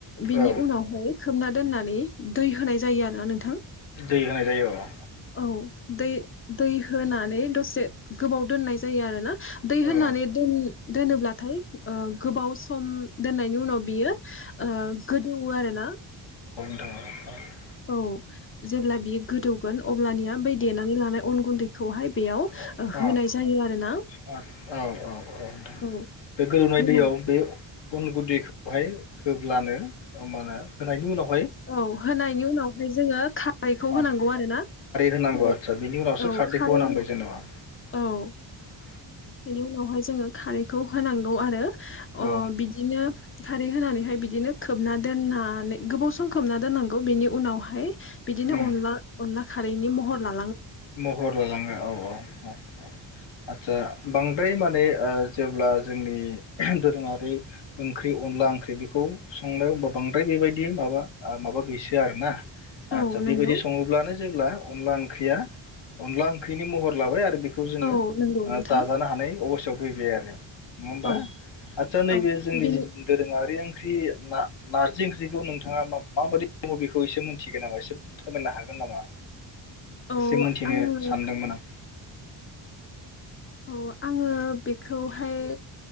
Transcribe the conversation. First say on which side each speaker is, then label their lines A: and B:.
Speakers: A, on the left; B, on the left.
A: बिनि
B: औ
A: उनावहाय खोब दोननानै दै होनाय जायो आरोना नोंथां
B: दै होनाय जायो औ
A: औ दै दै होनानै दसे गोबाव दोननाय जायो आरो ना दै
B: औ
A: होननानै दोन दोनोब्लाथाय ओ गोबाव सम दोननायनि उनाव बियो ओ गोदौवो आरो ना
B: दङ
A: औ जेब्ला बियो गोदौगोन अब्लानिया बै देनानै लानाय अन गुन्दैखौहाय
B: उम
A: बेयाव होनाय
B: उम
A: जायो आरोना
B: उम उम उम नोंथां
A: औ
B: बे गोदौनाय
A: होनो
B: दैयाव बे अन गुदैखौहाय होब्लानो मा होनो होनायनि उनाव
A: औ होनायनि उनावहाय जोङो खारैखौ
B: औ
A: होनांगौ आरो ना
B: होनांगौ
A: खारै
B: आदसा
A: औ
B: बेनि उनावसो खारदैखौ
A: खारै
B: <unintelligible>
A: औ बेनि उनावहाय जोङो खारैखौ होनांगौ आरो
B: औ
A: अ बिदिनो खारै होनानैहाय बिदिनो खोबना दोननानै गोबाव सम खोबना दोननांगौ बेनि उनावहाय बिदिनो
B: उम
A: अनला अनला खारैनि महर ला
B: महर लालाङो औ औ औ औ आदसा बांद्राय माने ओ जेब्ला जोंनि दोरोङारि ओंख्रि अनला ओंख्रि बेखौ संनायाव होमबा बांद्राय बेबायदि माबा माबा गैसोआ आरोना
A: औ
B: आतसा बेबायदि
A: नंगौ
B: सङोब्लानो जेब्ला अनला ओंख्रिया अनला ओंख्रिनि महर लाबाय आरो बे खौ जोङो
A: औ नंगौ नोंथां
B: जाजानो हानाय अबस्थायाव फैबाय आरो <inaudible> नङा होमबा
A: औ
B: आदसा नैबे
A: औ
B: जोंनि
A: बिनि
B: जि दोरोङारि ओं ओंख्रि नारजि ओंख्रिखौ नोंथाङा मा माबायदि सङो बेखौ एसे मिथिगोन नामा एसे फोरमायनो हागोन नामा
A: औ
B: एसे मिथिनो
A: आङो
B: सानदोंमोन आं
A: औ आङो बेखौहाय